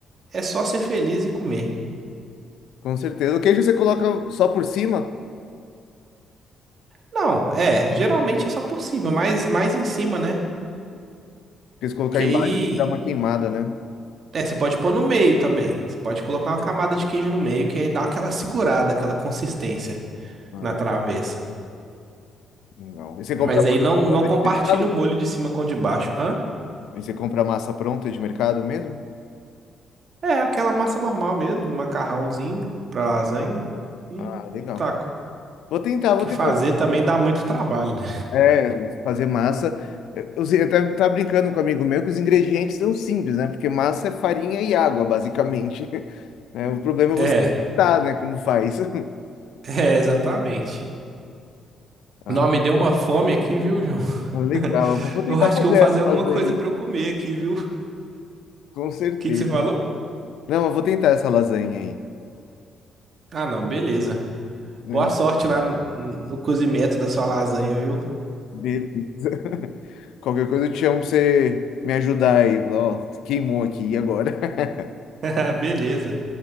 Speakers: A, on the right (about 50°); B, on the left (about 85°).
A: é só ser feliz e comer.
B: Com certeza. O queijo você coloca só por cima,
A: Não, é, geralmente é só por cima, mas mais em cima, né?
B: porque se colocar
A: Que
B: embaixo,
A: aí.
B: dá uma queimada, né?
A: É, você pode pôr no meio também. Você pode colocar uma camada de queijo no meio, que aí dá aquela segurada, aquela consistência
B: Ah,
A: na travessa.
B: legal. E você compra
A: Mas
B: massa
A: aí não,
B: pronta
A: não compartilha
B: de mercado?
A: o molho de cima com o de baixo. Hã?
B: E você compra massa pronta de mercado mesmo?
A: É aquela massa normal mesmo, macarrãozinho pra lasanha e
B: Ah, legal.
A: e taco.
B: Vou tentar,
A: Porque
B: vou tentar.
A: fazer também dá muito trabalho, né?
B: É, fazer massa. Eu eu tava tava brincando com um amigo meu que os ingredientes são simples, né? Porque massa é farinha e água, basicamente. <laughs> né? O problema é
A: <laughs>
B: você
A: É,
B: tá, né? Como faz. <laughs>
A: é, exatamente.
B: Ah,
A: Não, me deu uma fome aqui, viu, João? <laughs>
B: legal. Eu Vou vou tentar
A: Eu acho
B: fazer
A: que eu vou fazer
B: essa
A: alguma
B: lasanha,
A: coisa pra eu comer aqui, viu? O
B: com certeza.
A: que que você falou?
B: Não, eu vou tentar essa lasanha aí.
A: Ah, não, beleza.
B: Hum,
A: Boa sorte lá no no cozimento da sua lasanha, viu?
B: Beleza. <laughs> Qualquer coisa eu te chamo pra você me ajudar aí. Falar, Ó, queimou aqui, e agora? <laughs>
A: <laughs> Beleza.